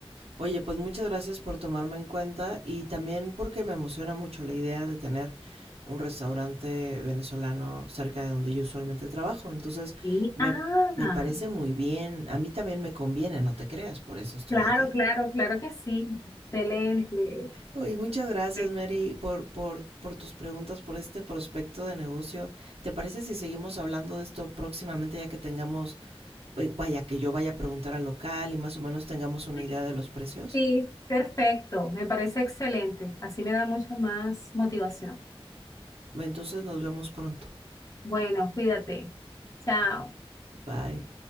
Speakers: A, on the right (about 85°); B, on the left (about 35°).
A: Oye, pues muchas gracias por tomarme en cuenta y también porque me emociona mucho la idea de tener un restaurante venezolano cerca de donde yo usualmente trabajo. Entonces,
B: Sí,
A: me,
B: ah,
A: me parece muy bien. A mí también me conviene, no te creas, por eso estoy
B: claro,
A: acá.
B: claro, claro que sí. Excelente.
A: Oye, muchas gracias,
B: Ok,
A: Mary, por, por, por tus preguntas, por este prospecto de negocio. ¿Te parece si seguimos hablando de esto próximamente ya que tengamos, eh, vaya, que yo vaya a preguntar al local y más o menos tengamos una
B: sí,
A: idea de los precios?
B: sí, perfecto. Me parece excelente. Así me da mucha más motivación.
A: Entonces nos vemos pronto.
B: Bueno, cuídate. Chao.
A: Bye.